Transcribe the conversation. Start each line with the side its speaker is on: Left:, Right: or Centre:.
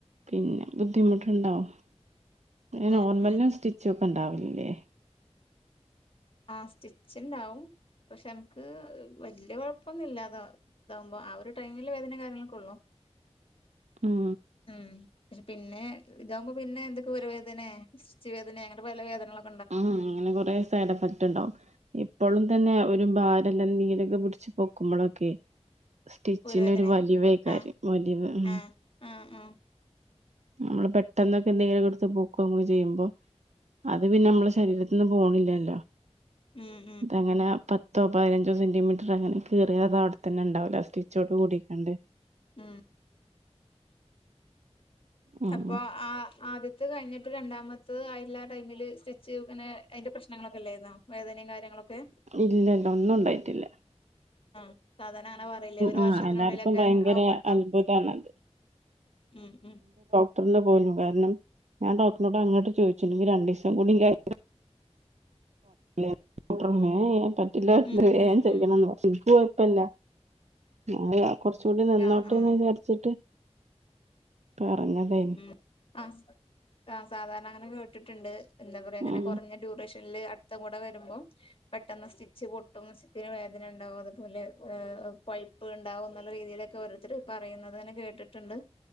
Right: പിന്നെ ബുദ്ധിമുട്ട് ഇണ്ടാവും പിന്നെ
Left: ഉം
Right: നോർമൽനും
Left: ഉം
Right: സ്റ്റിച്ചൊക്കെ ഇണ്ടാവലില്ലേ
Left: ആഹ് സ്റ്റിച്ച് ഇണ്ടാവും പക്ഷെ ഇംക്ക് വല്യ കാെയപ്പൊന്നുല്ല അതാവ് ഇതാവുമ്പൊ ആ ഒരു ടൈമില് വേദനിം കാര്യങ്ങളൊക്കെ ഒള്ളു
Right: ഉം
Left: ഉം പക്ഷെ പിന്നെ ഇതാവുമ്പൊ പിന്നെ എന്തൊക്കെ ഊരവേദനേ സ്റ്റിച്ച് വേദനേ എങ്ങട്ട് പോയാലാ വേദനകളൊക്
Right: ആഹ് അങ്ങനെ കൊറേ സൈഡ് എഫക്ട് ഇണ്ടാവും ഇപ്പളും തന്നെ ഒരു ഭാരല്ല നീലൊക്കെ പുടിച്ച് പൊക്കുമ്പളൊക്കേയ് സ്റ്റിച്ചിനൊരു
Left: ഊരവേദന
Right: വലിവ് എയ്കാര്യം
Left: ആഹ്
Right: വലിവ് ഉം
Left: ആഹ് ആഹ് ആഹ്
Right: നമ്മള് പെട്ടെന്നൊക്കെ എന്തെങ്കിലും ഒക്കെ ഇട്ത്ത് പൊർത്ത് അറങ്ങാെക്കെചെയ്യ ചെയ്യുമ്പൊ അത് പിന്നെ അമ്മളെ ശരീരത്ത്ന്ന് പോണില്ലല്ലോ
Left: ഉം ഉം
Right: എങ്ങനാ പത്തോ പയ്നഞ്ചോ സെൻറിമീറ്ററ് അങ്ങനെ കീറിയതാവ്ട്ത്തെന്നെ ഇണ്ടാവൂല സ്റ്റിച്ചോട് കൂടിക്കാണ്ട്
Left: ഉം
Right: ഉം
Left: അപ്പൊ ആഹ് ആദ്യത്ത്യത് കഴിഞ്ഞിട്ട് രണ്ടാമത്തത് അയില്ലാ ടൈമില് സ്റ്റിച്ച് ഇങ്ങനെ അയിന്റെ പ്രശ്നങ്ങളൊക്കെ എല്ലായിരുന്നോ വേദനിം കാര്യങ്ങളൊക്കെ
Right: ഇല്ലല്ല ഒന്നും ഇണ്ടായിറ്റില്ല
Left: ഉം സാധാരന അങ്ങനെ പറയലില്ലേ ഒരു
Right: ആ
Left: വർഷത്തിനുള്ളിലൊക്കെ
Right: എല്ലാർക്കും ഭയങ്കര
Left: ആവുമ്പൊ ഇണ്ടാവും
Right: അത്ഭുതാണത്
Left: ആഹ് ഉം ഉം
Right: ഇത്രണ്ണാപോയൊല്ലും കാരണം ഞാൻ ഡോക്ടറ്നാേട് അങ്ങട്ട് പോയിച്ചു ഇഞ്ഞ് രണ്ടീസം കൂടിം കഴിഞ്ഞാ ല് പറ്റില്ലേന്ന് അപ്പൊ ഡോകടർ പറഞ്ഞു ഏഹ് പറ്റില്ലാ പറഞ്ഞു
Left: ഉം ഉം
Right: വേം ചെയ്യണംന്ന്
Left: ഉം
Right: പറഞ്ഞ് പക്ഷെ ഇക്ക് കൊയപ്പല്ല ഞാനത് കൊർച്ചുംകൂടി നിന്നോട്ടേന്ന്
Left: ആഹ് ആഹ്
Right: വിചാരിച്ചിട്ട് പറഞ്ഞതേ
Left: ഉം ആഹ് താ സാധാരണ അങ്ങനെ കേട്ട്ട്ട്ണ്ട് എന്താ പറയാ ഇങ്ങനെ
Right: ഉം
Left: കാെറഞ്ഞ ട്യൂറേഷൻ ട്ടില്ല് അട്ത്തകൂടെ വെരുമ്പം പെട്ടെന്ന് സ്റ്റിച്ച് പൊട്ടും സ്റ്റിച്ചിന് വേദന ഉണ്ടാകും അതുപോലെ ഈഹ് പയ് പയ്പ്പ്ണ്ടാവും എന്നുള്ള രീതിയിലൊക്കെ ഓരോര്ത്തര് പറയുന്നതൊക്കെ കേട്ടിട്ടുണ്ട്